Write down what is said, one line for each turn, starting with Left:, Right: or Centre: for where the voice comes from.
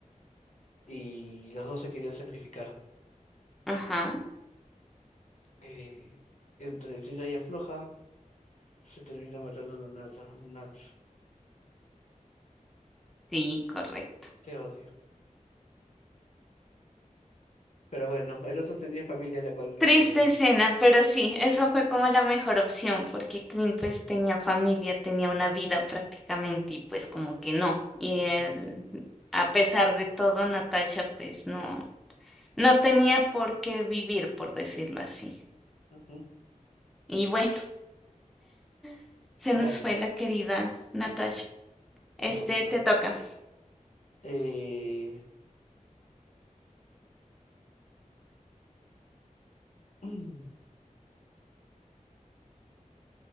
Left: y los dos se querían sacrificar.
Centre: Ajá,
Left: Eh, entre tira y afloja, se termina matando a Nat, Nat.
Centre: sí, correcto.
Left: Te odio. Pero bueno, el otro tenía familia a la cual no
Centre: Triste
Left: volver.
Centre: escena, pero sí, esa fue como la mejor opción porque Clint pues tenía familia, tenía una vida prácticamente y pues como que no. Y
Left: Ujú,
Centre: él, a pesar de todo, Natasha pues no, no tenía por qué vivir, por decirlo así.
Left: ujú.
Centre: Y bueno, <laughs> se nos
Left: Dale,
Centre: fue la querida Natasha. Este
Left: Romano.
Centre: te toca.
Left: Eh, <clears throat>